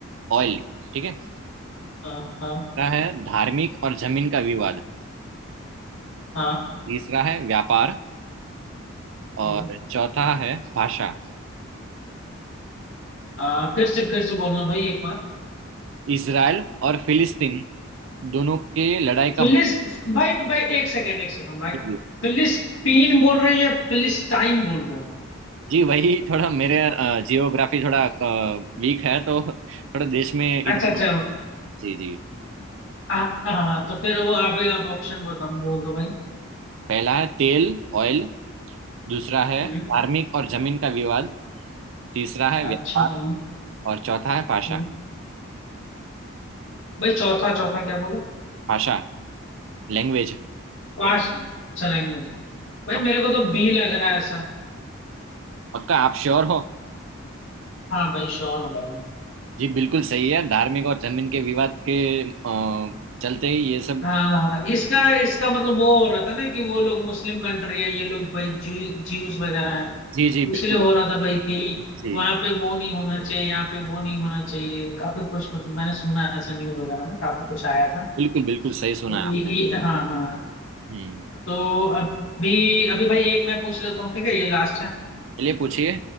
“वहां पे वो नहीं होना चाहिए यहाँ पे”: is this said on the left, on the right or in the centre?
Left